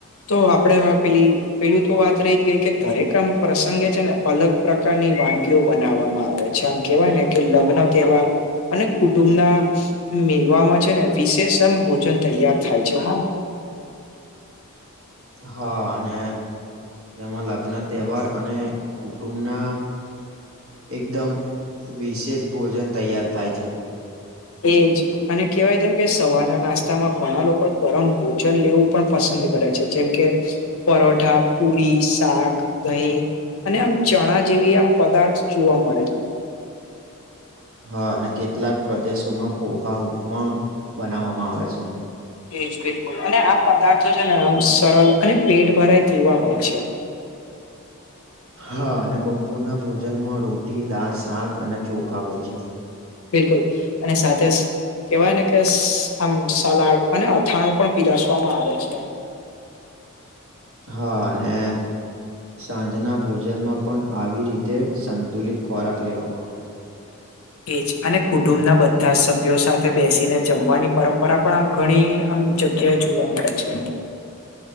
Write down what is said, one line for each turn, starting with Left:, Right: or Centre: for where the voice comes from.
Left: તો આપડે પેલી પેલું તો વાત રહી જ ગઈ કે દરેક આમ પ્રસંગે છે ને અલગ પ્રકારની વાનગીઓ બનાવવામાં આવે છે આમ કેહેવાય ને કે લગ્ન તહેવાર અને કુટુંબ ના મેલવામાં છે ને વિશેષ એમ ભોજન તૈયાર થાય છે હો.
Right: હા અને તેમાં લગ્ન તહેવાર અને કુટુંબના એકદમ વિશેષ ભોજન તૈયાર થાય છે
Left: એજ અને કેહેવાય જેમ કે સવારના નાસ્તામાં ઘણા લોકો ગરમ ભોજન લેવું પણ પસંદ કરે છે જેમકે પરોઠા પુરી શાક દહીં અને આમ ચણા જેવી આમ પદાર્થ જોવા મળે છે
Right: હા અને કેટલાક પ્રદેશોમાં પોહા ઉપમા બનાવામાં આવે છે
Left: એજ બિલકુલ અને આ પદાર્થો છે ને આમ સરળ અને પેટ ભરાય તેવા હોય છે
Right: હા અને બપોરના ભોજનમાં રોટી દાળ શાક અને ચોખા હોય છે
Left: બિલકુલ અને સાથે કેવાય ને કે આમ સલાડ અને અથાણું પણ પીરસવામાં આવે છે
Right: હા અને સાંજના ભોજનમાં પણ આવી રીતે સંતુલિત ખોરાક લેવામાં આવે છે
Left: એજ અને કુટુંબ ના બધા સભ્યો સાથે બેસીને જમવાની પરંપરા પણ આમ ઘણી આમ જગ્યાએ જોવા મળે છે